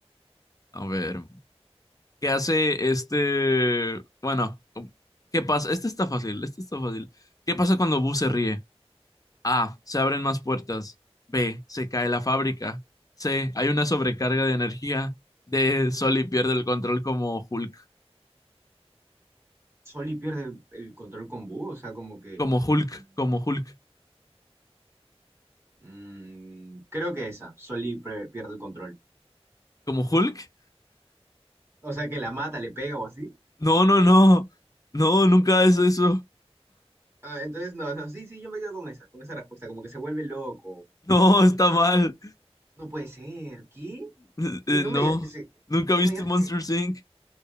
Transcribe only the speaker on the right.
Soli pierde el control con Boo, o sea, como que...
mm,
mm, creo que esa. Soli pre- pierde el control.
O sea, que la mata, le pega o así.
Ah, entonces, no, no, sí, sí, yo me quedo con esa, con esa respuesta, como que se vuelve loco.
No puede ser, ¿qué?
Que
no
me digas que se,
no
me digas
que...